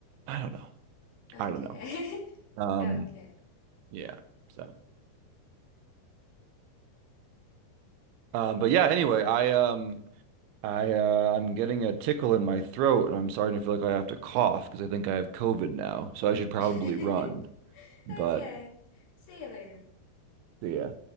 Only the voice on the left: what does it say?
Okay.
<laughs> Okay.
Okay.
<laughs>
Okay. See you later.